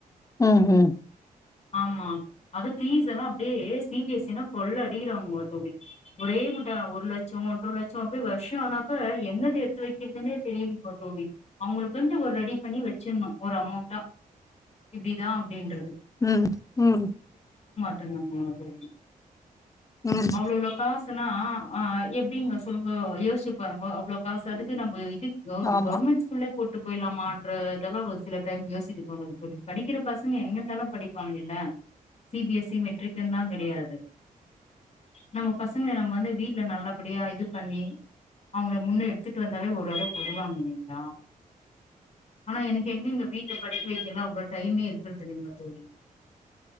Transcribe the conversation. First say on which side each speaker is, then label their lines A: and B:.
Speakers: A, on the left; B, on the left.
A: உம் உம்
B: ஆமா அது ஃபீஸ் எல்லாம் அப்படியே சி பி எஸ் இசின கொள்ள அடிக்கிறாங்க தோழி ஒரே மூட்டா ஒரு லட்சம் ஒன்றரை லட்சம் சோ அப்டியே வருஷ்ஷ ஆனாக்கா எங்கிருந்து த்து வெக்கிறதுன்னே தெரியலீங்க தோழி அவுங்குளுக்குன்ட்டு ஒரு ரெடி பண்ணி வெச்சிருணு ஒரு அமௌண்ட்டா இப்டிதா அப்டின்றது
A: உஹம் உம்
B: ட்டுங்க தோழி
A: ம்
B: அவ்வுளோ இவ்ளோ காஸ் த்துன்னா ஆ எப்டிங்க சொல்லுங்க யோச்சு பாருங்க அவ்ளோ காசு அதுக்கு நம்ம இதுக் கௌ
A: ஆமா
B: கவர்மெண்ட்ஸ்கூல்ல போட்டு போய்லாமான்ற இதெல்லா ஒரு சில டைம் யோசிக்க தோணுது தோழி படிக்கிற பசுங்க எங்க இருந்தாலும் படிப்பாங்குல்ல சிபிஎஸ்இ மெட்ரிக்கன்தா கிடையாது நம்ம பசங்க நம்ம வந்து வீட்டுல நல்லபடியா இது பண்ணி அவுங்கள முன்ன எடுத்துட்டு வந்தாவே ஓரளவு வருவாங்க இல்லைங்குளா ஆனா எனக்கு எங்கிங்க வீட்வ படிக்க வெக்கீளா அவ்ளோ டைமே இருக்கிறது இல்லைங்க தோழி